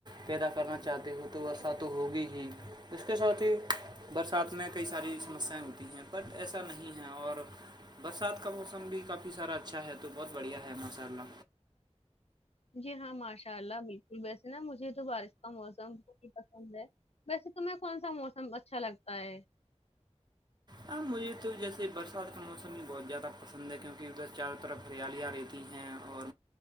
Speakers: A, on the right; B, on the left.
A: پیدا کرنا چاہے ہو تو ورسات تو ہوگی ہی اس کے ساتھ ہی برسات میں کئی ساری سمسیاائیں ہوتی ہیں بٹ ایسا نہیں ہے اور برسات کا موسم بھی کافی سارا اچھا ہے تو بہت بڑھیا ہے ماشاء اللہ
B: جی ہاں ماشاء اللہ بالکل ویسے نا مجھے تو بارش کا موسم بہت ہی پسند ہے ویسے تمہیں کون سا موسم اچھا لگتا ہے
A: ہاں مجھے تو جیسے برسات کا موسم بھی بہت زیادہ پسند ہے کیونک ادھر چاروں طرف ہریالییا رہتی ہیں اور